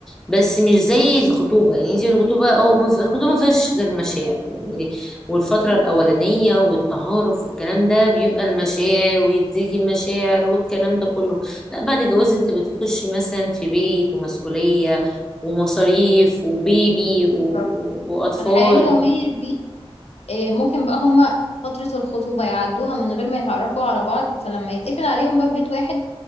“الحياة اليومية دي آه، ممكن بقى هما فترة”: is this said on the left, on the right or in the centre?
Left